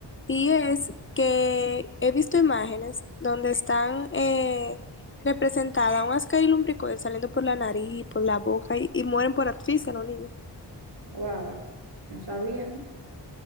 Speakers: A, on the left; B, on the right.
A: Y es que he visto imágenes donde están eh, representadas unas caries lumbricoides saliendo por la nariz, por la boca y, y mueren por asfixia los niños.
B: Wow, no sabía, ¿no?